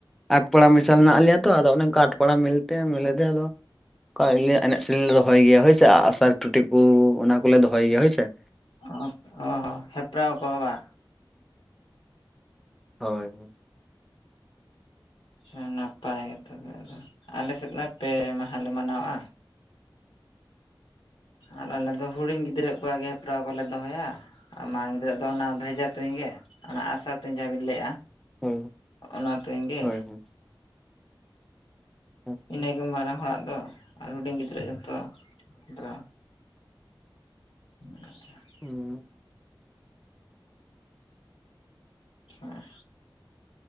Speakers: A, in the centre; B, on the left.
A: ᱟᱴᱯᱟᱲᱟ ᱢᱮᱥᱟᱞ ᱦᱮᱱᱟᱜ ᱞᱮᱭᱟ ᱛᱚ ᱟᱫᱚ ᱚᱱᱮᱠᱟ ᱟᱴ ᱯᱟᱲᱟ ᱢᱤᱞᱛᱮ ᱢᱤᱞᱮᱫᱮ ᱟᱫᱚ ᱠᱟ ᱮᱱᱮᱡ ᱥᱮᱨᱮᱧ ᱞᱮ ᱨᱚᱦᱚᱭ ᱜᱮᱭᱟ ᱦᱳᱭ ᱥᱮ ᱟᱹᱜᱥᱟᱨ ᱴᱩᱴᱤ ᱠᱚ ᱚᱱᱟ ᱠᱚᱞᱮ ᱫᱚᱦᱚᱭ ᱜᱮᱭᱟ ᱦᱳᱭ ᱥᱮᱮ
B: <unintelligible> ᱦᱮᱯᱨᱟᱣ ᱠᱚ ᱵᱟᱼᱼ
A: ᱦᱳᱭ ᱦᱳᱭ
B: ᱦᱮ ᱱᱟᱯᱟᱭ ᱜᱮ ᱛᱚᱵᱮ ᱫᱚ ᱟᱞᱮ ᱥᱮᱫ ᱢᱟ ᱯᱮ ᱢᱟᱦᱟ ᱞᱮ ᱢᱟᱱᱟᱣᱟ ᱟᱨ ᱟᱞᱮ ᱫᱚ ᱦᱩᱰᱤᱧ ᱜᱤᱫᱽᱨᱟᱹ ᱠᱚᱣᱟᱜ ᱜᱮ ᱦᱮᱯᱨᱟᱣ ᱠᱚᱞᱮ ᱫᱚᱦᱚᱭᱟ ᱟᱨ ᱢᱟᱨᱟᱝ ᱜᱤᱫᱽᱨᱟᱹ ᱫᱚ ᱚᱱᱟ <unintelligible> ᱛᱩᱧ ᱜᱮ ᱚᱱᱟ ᱟᱜ ᱥᱟᱨ ᱛᱩᱧ ᱡᱟᱦᱟ ᱵᱤᱱ ᱞᱟᱹᱭᱮᱜᱼᱟ
A: ᱦᱳᱭ
B: ᱚᱱᱟ ᱛᱩᱧ ᱜᱮ
A: ᱦᱳᱭ ᱦᱳᱭ ᱟᱪᱪᱷᱟ
B: ᱤᱱᱟᱹᱜᱮ ᱢᱟᱨᱟᱝ ᱦᱚᱲᱟᱜ ᱫᱚ ᱟᱨ ᱦᱩᱰᱤᱧ ᱜᱤᱫᱽᱨᱟᱹ ᱡᱚᱛᱚ ᱫᱨᱚ <inaudible>
A: ᱦᱮᱸ
B: ᱦᱮᱸ